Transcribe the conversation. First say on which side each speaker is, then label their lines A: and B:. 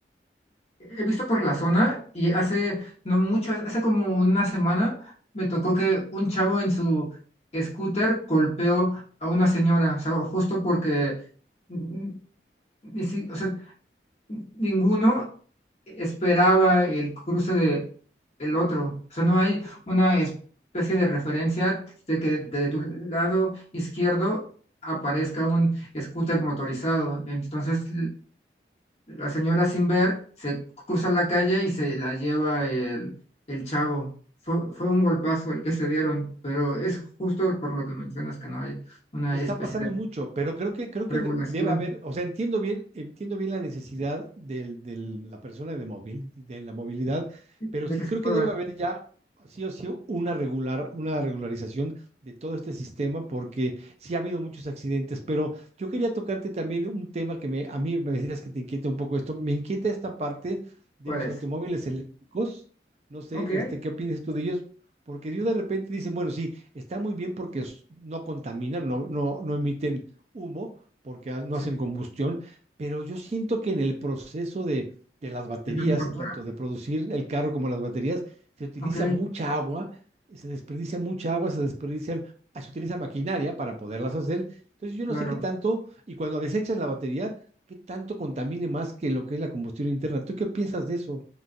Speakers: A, on the left; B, on the right.
A: He visto por la zona y hace no mucho, hace como una semana, me tocó que un chavo en su scooter golpeó a una señora, o sea, justo porque mm, ni si- o sea, ninguno esperaba el cruce de el otro. O sea, no hay una especie de referencia de que de, de tu lado izquierdo aparezca un scooter motorizado. Entonces, la señora sin ver se cruza la calle y se la lleva el, el chavo. Fue, fue un golpazo el que se dieron, pero es justo por lo que mencionas que no hay una
B: Y está
A: especie
B: pasando
A: de
B: mucho, pero creo que, creo que
A: regulación
B: de- debe haber, o sea, entiendo bien, entiendo bien la necesidad del- de la persona de, móvil de la movilidad, pero
A: de
B: sí
A: que se
B: creo
A: pueda.
B: que debe haber ya sí o sí una regular, una regularización de todo este sistema, porque sí ha habido muchos accidentes, pero yo quería tocarte también un tema que me, a mí me decías que te inquieta un poco esto, me inquieta esta parte de
A: ¿Cuál
B: los
A: es?
B: automóviles eléctricos, no sé,
A: Ok.
B: este, ¿qué opinas tú de ellos? Porque yo de repente dicen, bueno, sí Está muy bien porque no contaminan, no, no, no emiten humo, porque no
A: Sí.
B: hacen combustión, pero yo siento que en el proceso de, de las baterías,
A: ¿De manufactura?
B: tanto de producir el carro como las baterías, se utiliza
A: Ok,
B: mucha agua, se desperdicia mucha agua, se desperdician, ah, se utiliza maquinaria para poderlas hacer. Entonces yo
A: claro.
B: no sé qué tanto, y cuando desechas la batería, qué tanto contamine más que lo que es la combustión interna. ¿Tú qué piensas de eso?